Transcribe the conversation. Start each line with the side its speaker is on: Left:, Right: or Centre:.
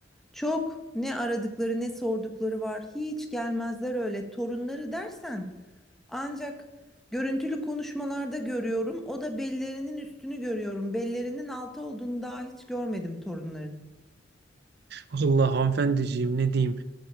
Centre: Çok ne aradıkları ne sordukları var. Hiç gelmezler öyle. Torunları dersen ancak görüntülü konuşmalarda görüyorum. O da bellerinin üstünü görüyorum. Bellerinin altı olduğunu daha hiç görmedim torunların.
Right: Vallahi hanımefendiciğim ne diyeyim.